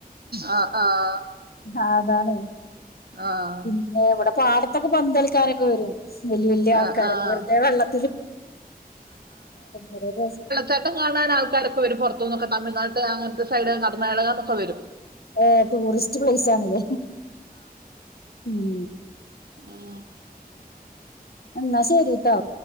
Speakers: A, on the right (about 75°); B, on the left (about 75°).
A: ആഹ് ആഹ്
B: ആഹ് അതാണ്
A: ആഹ്
B: പിന്നെ ഇവടെ പാടത്തൊക്കെ പന്തളിക്കാനൊക്കെ വരും വല്യ വല്യ ആൾക്കാരൊക്കെ
A: ആ ആ
B: വെറുതെ വെള്ളത്തില് ഒരു രസം
A: ചട്ടം കാണാൻ ആൾക്കാരൊക്കെ വരും പുറത്ത് നിന്നൊക്കെ തമിഴ്നാട്ട് അങ്ങനത്തെ സൈഡ് കർണാടക എന്നൊക്കെ വരും
B: ഏഹ് ടൂറിസ്റ്റ് പ്ലേസ് ആണല്ലേ ഉം
A: ആഹ്
B: എന്നാ ശരിട്ടോ